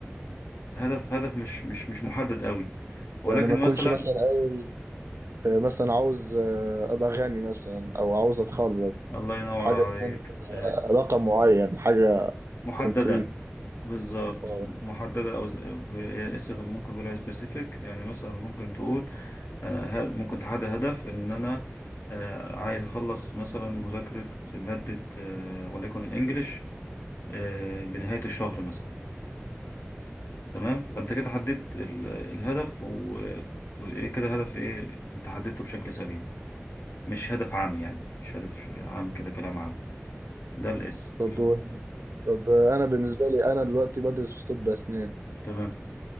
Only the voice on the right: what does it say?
يعني ما اكونش
مثلا قايل آه، مثلا عاوز آه، ابقى غني مثلا او عاوز اتخرج
حاجة
تكون
رقم معين حاجة
كونكريت
اه
طب وال- طب آه، انا بالنسبة لي انا دلوقتي بدرس في طب اسنان